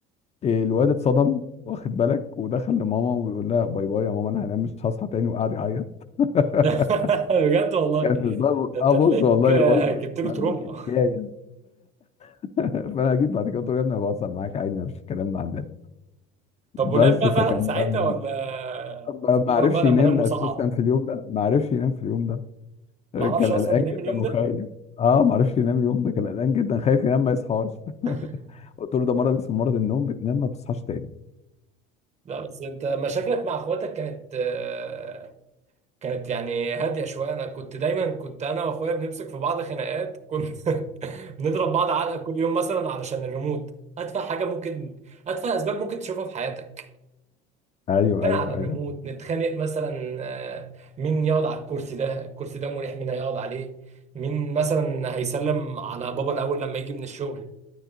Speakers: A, on the left (about 30°); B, on the right (about 35°).
A: الواد اتصدم واخد بالك ودخل لماما وبيقول لها باي باي يا ماما انا هنام مش هصحى تاني وقعد يعيط <laughs>
B: <laughs> بجد والله
A: كان هزار
B: ده انت
A: اه بص
B: تلاقيك
A: والله
B: آه،
A: بص
B: جبت له
A: كان
B: تروما
A: حكايه <laughs> فانا جيت بعد كده قلت له يا ابني أنا بهزر معاك عادي ما فيش الكلام ده عندنا
B: طب
A: بس
B: ونام بقى
A: فكان
B: فعلا ساعتها
A: ده الموضوع
B: ولا
A: ما
B: استغرب
A: ما عرفش
B: بقى لما
A: ينام
B: نام وصحى
A: اساسا في اليوم ده ما عرفش ينام في اليوم ده كان
B: ما اعرفش اصلا
A: قلقان
B: ينام
A: جدا
B: اليوم
A: وخايف
B: ده
A: اه ما عرفش ينام اليوم ده كان قلقان جدا خايف ينام ما يصحاش
B: <laughs>
A: <laughs> قلت له ده مرض اسمه مرض النوم بتنام ما بتصحاش تاني
B: لا بس انت مشاكلك مع اخواتك كانت آه، كانت يعني هادية شوية أنا كنت دايما كنت أنا وأخويا بنمسك في بعض خناقات كنت <laughs> بنضرب بعض علقة كل يوم مثلا علشان الريموت أتفه حاجة ممكن أتفه أسباب ممكن تشوفها في حياتك
A: ايوه
B: كان
A: ايوه
B: على الريموت
A: ايوه
B: نتخانق مثلا آه، مين يقعد على الكرسي ده الكرسي ده مريح مين هيقعد عليه مين مثلا هيسلم على بابا الأول لما يجي من الشغل